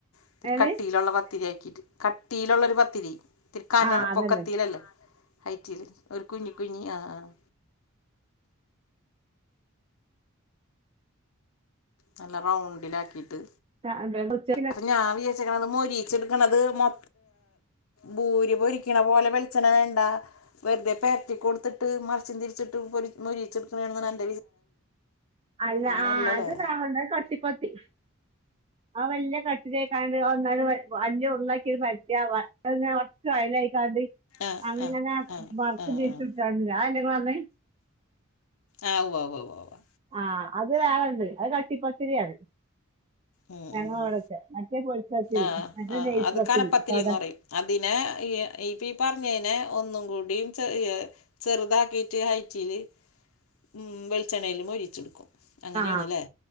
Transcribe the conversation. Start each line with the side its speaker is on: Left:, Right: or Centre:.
Left: ഇത്തിരി
Right: ഏത്
Left: കട്ടിയിലുള്ള പത്തിരിയാക്കിട്ട് കട്ടിയിലുള്ളൊരു പത്തിരി തിരി കന
Right: ആ അതന്നെ
Left: പൊക്കത്തിലല്ലേ ഹൈറ്റില് ഒരു കുഞ്ഞി കുഞ്ഞി ആ ആഹ് നല്ല റൗണ്ടിലാക്കിയിട്ട്
Right: ആ അങ്ങനെ കൊച്ചൊരു ക
Left: ഞാൻ വീ ചാരിച്ചിക്കണത് മൊരിച്ചെടുക്കണത് മൊ ഭൂരി പൊരിക്കണ പോലെ വെളിച്ചെണ വേണ്ട വെറുതെ പരറ്റി കൊടുത്തിട്ട് മറിച്ചം തിരിച്ചിട്ട് മൊരിച്ചെടുക്കണ <unintelligible>
Right: അല്ല
Left: അങ്ങനെയല്ലല്ലേ
Right: ആ അത് ഞാൻ പറഞ്ഞ് കട്ടിപ്പത്തിരി ആ വല്ല്യ തട്ട് ലാക്കാണ്ട് ഒന്നായിട്ട് ഉള്ളാക്കി ഒരു പരത്തിയാ കൊറച്ച് ഓയലായിക്കാട്ട്
Left: ആഹ്
Right: അങ്ങനെ
Left: ആഹ് ആഹ്
Right: മറിച്ച്
Left: ആഹ്
Right: തിരിച്ച്
Left: ആഹ്
Right: വിട്ടിട്ടില്ല അതല്ലെ ങ്ങള് പറഞ്ഞത്
Left: ആഹ് ഉവ്വ് ഉവ്വ്
Right: ആഹ് അത് വേറെണ്ട് അത് കട്ടിപ്പത്തിരിയാണ്
Left: ഉം
Right: ഞങ്ങളവിടക്കെ
Left: ഉം ഉം
Right: മറ്റേ പൊരിച്ചത്തിരി
Left: ആഹ്
Right: മറ്റേ
Left: ആഹ്
Right: നെയ്പത്തിരി
Left: അത് കനപ്പത്തിരിന്ന്
Right: സാധാ
Left: പറയും അതിനെ ഈപ്പ പറഞ്ഞതിനെ ഒന്നും കൂടിയും ചെറുതാക്കിട്ട് ഹൈറ്റില് ഉം വെളിച്ചെണ്ണയില് മൊരീച്ചെടുക്കും അങ്ങനെയണല്ലേ
Right: ആ